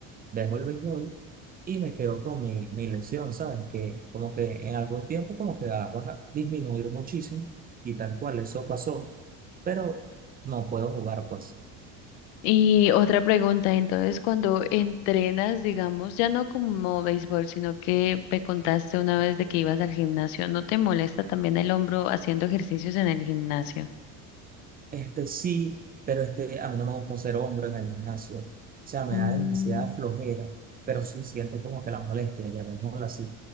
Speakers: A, on the right; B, on the left.
A: dejo el béisbol y me quedo con mi, mi lección, ¿sabes? Que como que en algún tiempo como que va a disminuir muchísimo y tal cual, eso pasó, pero no puedo jugar pues.
B: Y otra pregunta, entonces, cuando entrenas, digamos, ya no como béisbol, sino que me contaste una vez de que ibas al gimnasio, ¿no te molesta también el hombro haciendo ejercicios en el gimnasio?
A: Este sí, pero es que a mí no me gusta ser hombro en el gimnasio. O sea, me
B: Mm.
A: da demasiada flojera, pero sí siento como que la molestia, llamémosla así.